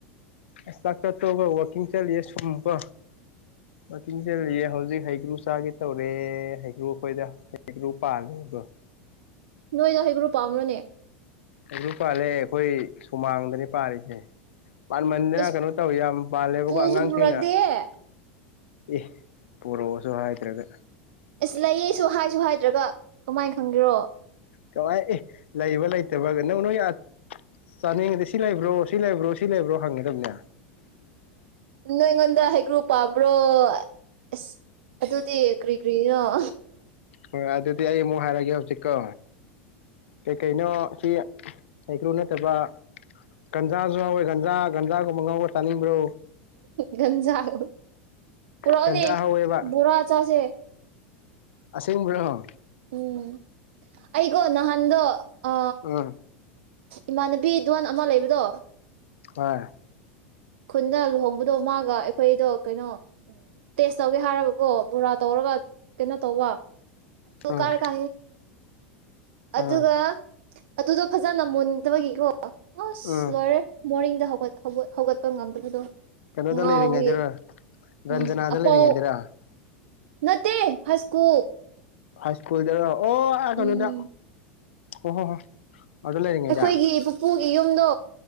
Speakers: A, on the left (about 70°); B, on the right (about 65°).
A: ꯑꯁ ꯆꯥꯛꯇ ꯇꯧꯒ ꯋꯥꯛꯀꯤꯡ ꯆꯠꯂꯤ ꯁꯨꯝꯀꯣ ꯋꯥꯛꯀꯤꯡ ꯆꯠꯂꯤꯌ
B: ꯑꯣ
A: ꯍꯧꯖꯤꯛ ꯍꯩꯒꯔꯨ ꯆꯥꯒꯤ ꯇꯧꯔꯦ ꯍꯩꯒ꯭ꯔꯨ ꯑꯩꯈꯣꯏꯗ ꯍꯩꯒ꯭ꯔꯨ ꯄꯥꯜꯂꯦꯕꯣ
B: ꯅꯣꯏꯗ ꯍꯩꯒ꯭ꯔꯣ ꯄꯥꯝꯕ꯭ꯔꯣꯅꯦ
A: ꯑꯗꯨ ꯄꯥꯜꯂꯦ ꯑꯩꯈꯣꯏ ꯁꯨꯃꯥꯡꯗꯅꯦ ꯄꯥꯔꯤꯁꯦ ꯄꯥꯟꯃꯟꯗꯅ
B: ꯑꯁ
A: ꯀꯩꯅꯣ ꯇꯧꯋꯤ ꯌꯥꯝ ꯄꯥꯜꯂꯦꯕꯀꯣ
B: ꯄꯨꯁꯨ
A: ꯑꯉꯥꯡꯁꯤꯡꯅ
B: ꯄꯨꯔꯛꯇꯦꯍꯦ
A: ꯑꯦ ꯄꯨꯔꯛꯑꯣꯁꯨ ꯍꯥꯏꯗ꯭ꯔꯒ
B: ꯑꯁ ꯂꯩꯌꯦꯁꯨ ꯍꯥꯏꯁꯨ ꯍꯥꯏꯗ꯭ꯔꯒ ꯀꯃꯥꯏꯅ ꯈꯪꯒꯦꯔꯣ
A: ꯀꯃꯥꯏ ꯂꯩꯕ ꯂꯩꯇꯕ ꯅꯪ ꯅꯣꯏ ꯆꯥꯅꯤꯡꯉꯗꯤ ꯁꯤ ꯂꯩꯕ꯭ꯔꯣ ꯁꯤ ꯂꯩꯕ꯭ꯔꯣ ꯁꯤ ꯂꯩꯕ꯭ꯔꯣ ꯍꯪꯒꯗꯕꯅꯦ
B: ꯅꯣꯏ ꯑꯩꯉꯣꯟꯗ ꯍꯩꯒ꯭ꯔꯨ ꯄꯥꯕ꯭ꯔꯣ ꯑꯁ ꯑꯗꯨꯗꯤ ꯀꯔꯤ ꯀ꯭ꯔꯤꯅꫭ
A: ꯍꯣꯏ ꯑꯗꯨꯗꯤ ꯑꯩ ꯑꯃꯨꯛ ꯍꯥꯏꯔꯒꯦ ꯍꯧꯖꯤꯛꯀꯣ ꯀꯩꯀꯩꯅꯣ ꯁꯤ ꯍꯩꯀ꯭ꯔꯨ ꯅꯠꯇꯕ ꯒꯟꯖꯥꯁꯨ ꯌꯥ ꯍꯧꯋꯦ ꯒꯟꯖꯥ ꯒꯟꯖꯥꯒꯨꯝꯕ ꯉꯧꯕ ꯆꯥꯅꯤꯡꯕ꯭ꯔꯣ
B: ꯒꯟꯖꯥ ꯍ ꯄꯨꯔꯛꯅꯦ
A: ꯒꯟꯖꯥ ꯍꯧꯋꯦꯕ
B: ꯕꯣꯔꯥ ꯑꯆꯥꯁꯦ
A: ꯑꯁꯡꯕꯔꫭ
B: ꯎꯝ ꯑꯩꯒꯣ ꯅꯍꯟꯗ ꯑ
A: ꯎꯝ
B: ꯏꯃꯥꯟꯅꯕꯤ ꯗꯨꯋꯥꯥꯟ ꯑꯃ ꯂꯩꯕꯗꯣ
A: ꯑ
B: ꯈꯨꯟꯗ ꯂꯨꯍꯣꯡꯕꯗꯣ ꯃꯥꯒ ꯑꯩꯈꯣꯏꯗꯣ ꯀꯩꯅꯣ ꯇꯦꯁ ꯇꯧꯒꯦ ꯍꯥꯏꯔꯕꯀꯣ ꯕꯣꯔꯥ ꯇꯧꯔꯒ ꯀꯩꯅꯣ ꯇꯧꯕ
A: ꯎꯝ
B: ꯀꯥꯔ ꯀꯥ
A: ꯎꯝ
B: ꯑꯗꯨꯒ ꯑꯗꯨꯗꯣ ꯐꯖꯅ ꯃꯨꯗꯕꯒꯤꯀꯣ ꯑꯁ
A: ꯎꯝ
B: ꯂꯣꯏꯔꯦ ꯃꯣꯔꯅꯤꯡꯗ ꯍꯧꯒꯠꯄ ꯉꯝꯗꯕꯗꯣ
A: ꯀꯩꯅꯣꯗ
B: ꯉꯥꯎꯕꯒꯤ
A: ꯂꯩꯔꯤꯉꯩꯗꯨꯔ ꯔꯟꯖꯅꯥꯗ
B: ꯎꯝ ꯑꯄꯧ
A: ꯂꯩꯔꯤꯉꯩꯗꯔꯥ
B: ꯅꯠꯇꯦ ꯍꯁꯀꯨ
A: ꯍꯥꯏ ꯁꯀꯨꯜꯗ ꯑꯣ ꯑ ꯀꯩꯅꯣꯗ
B: ꯎꯝ
A: ꯑꯣ ꯍꯣ ꯍꯣ ꯑꯗꯨꯗ ꯂꯩꯉꯖ
B: ꯑꯩꯈꯣꯏꯒꯤ ꯄꯨꯄꯨꯒꯤ ꯌꯨꯝꯗꯣ